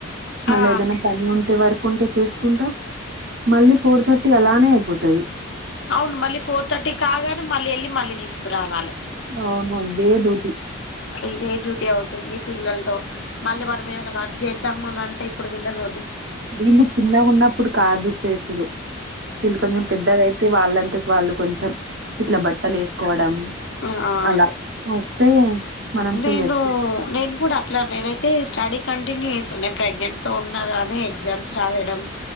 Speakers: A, on the right; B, on the left.
A: మళ్ళా
B: ఆ
A: ఏదైనా పని ఉంటే వర్ ఉంటె చేసుకుంటా మళ్ళీ ఫోర్ థర్ టి అలానే అయిపోతది
B: అవును మళ్ళీ ఫోర్ థర్టీ కాగానే మళ్ళీ ఎళ్ళి మళ్ళీ తీసుకురావాలే
A: అవును ఇదే డ్యూటి
B: ఇదే డ్యూటీ అవుతుంది పిల్లలతో మళ్ళీ మనం ఏదైనా వర్క్ చేద్దామని అంటే ఇప్పుడు వీల్లను
A: వీళ్ళు చిన్నగున్నప్పుడు కాదు చేసుడు వీళ్ళు కొంచెం పెద్దగాయితే వాళ్ళంతకు వాళ్ళు కొంచెం ఇట్లా బట్టలు వేసుకోవడం
B: ఆ అ
A: అలా
B: అదే
A: వస్తే మనం
B: నేను
A: చెయొచ్చు
B: నేను కూడా అట్లా నేనైతే స్టడీ కంటిన్యూ చెస్ సో నేను ప్రెగ్నెంట్ తో ఉండగానే ఎగ్జామ్స్ రాయడం